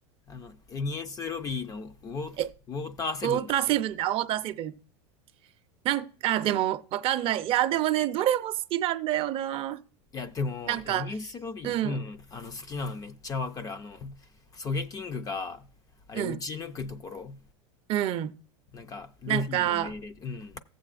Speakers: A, on the left (about 25°); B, on the right (about 35°).
A: あの、エニエスロビーのウォー、
B: え、
A: ウォーターセブンだっけい
B: ウォーターセブンだ、ウォーターセブン。なんか、あでも、わかんない。いや、でもね、どれも好きなんだよな。
A: や、でも、
B: なんか、
A: エニエスロビー、
B: うん、
A: うん、あの、好きなのめっちゃわかる。あの、ソゲキングが、あれ、
B: うん、
A: 撃ち抜くところ、
B: うん。
A: なんか、ルフィの命令で、
B: なんか、
A: うん、